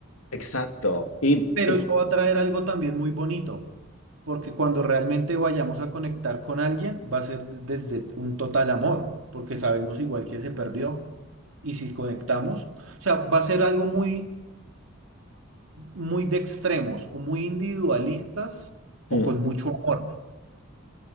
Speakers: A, on the left (about 85°); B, on the right (about 75°).
A: Exacto. Y,
B: Pero eso va a traer algo también muy bonito, porque cuando realmente vayamos a conectar con alguien, va a ser desde un total amor, porque sabemos igual que se perdió. Y si conectamos, o sea, va a ser algo muy, muy de extremos o muy individualistas o
A: eh,
B: con mucho amor.